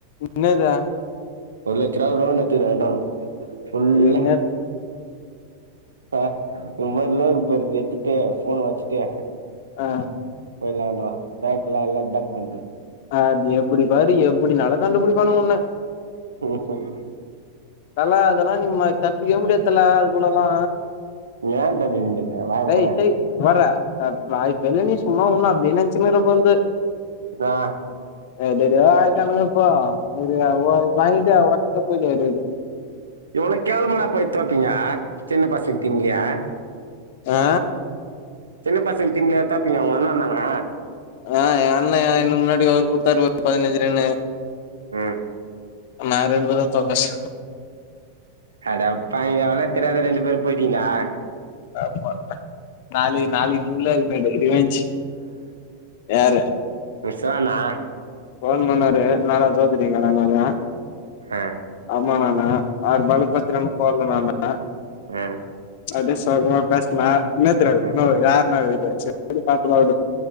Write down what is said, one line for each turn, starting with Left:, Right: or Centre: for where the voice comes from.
Left: என்னது
Right: ஒரு லட்ச ரூபா லோன் எடுத்துகின்றானு ஃபுல்லா
Left: என்ன
Right: ப இவ வேற லோகு போடறத எடுத்துட்டு போன்ன வச்சிட்டு
Left: ஆ
Right: போய்லான்றா பேங்கெல்லா எல்லா அடப்பிண்ட்டு
Left: அது எப்படி பாறு எப்டி நால கண்டுபிடிப்பானு உன்ன
Right: ம்ஹூம்
Left: தல அதெல்லா நீ ம சத் செய்ய முடியாது தல அதுக்குல்லலா
Right: ஏன் தம்பி இந்த வாய்மூடாடி
Left: டேய் டேய் வர்ர நா இப்ப என்ன ண்ணே சும்மா ஒண்ணும் அப்பெஞ்சுமேல உக்காந்து
Right: ஆ
Left: எதேதோ ஆயிட்டாணுங்க இப்போ அவரு வாங்கிட்டு வாட்ஸ் அப்ல வராரு
Right: இவ்ளோ கேவளமாடா போயி தோப்பீங்க சின்ன பசங்க டீம்லயே
Left: ஆ
Right: சின்ன பசங்க டீம் லயா தோப்பீங்க உங்கண்ண வந்தானா
Left: ஆ எங் அண்ணகார எனக்கு முன்னாடி ஓவர் குடுத்தாரு ஒரு பதினஞ்சு ரன்னு
Right: ம்
Left: நாங்க ரெண்டு பேர்தா தோக்கடிச்சோ
Right: அடப்பாவிங்களா விளாட தெரியாத ரெண்டு பேர் போயிட்டீங்களா
Left: ஆமா நாலு நாலு முள்ளது மேடு ரிவஞ்ச் யார
Right: விஷ்வாண்ணா
Left: ஃபோன் பண்ணாரு என்னாடா தோத்துடீங்களாடான்னாரு
Right: அ
Left: ஆமா ண்ணான்னே ஆறு பாலுக்கு பத்து ரன் போட்ல ண்ணான்னே
Right: அ
Left: அப்டியே சோகமா பேஸ்ன என்னாத்துக்குடா
Right: ம்
Left: ண்ணோ யார் ணா இது அடிச்ச உடு பாத்துக்கலா